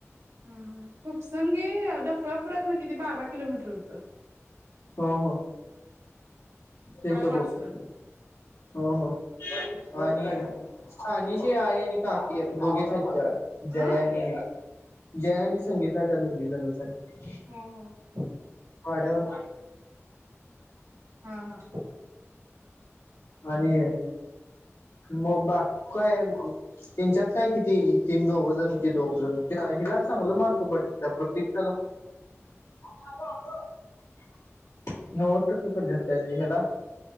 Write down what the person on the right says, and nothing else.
हा हा खुपसंगे डफळापुरातन किती बारा किलोमीटर होतं
काल
वाचलं
अ
हा
हम् हम
हा हा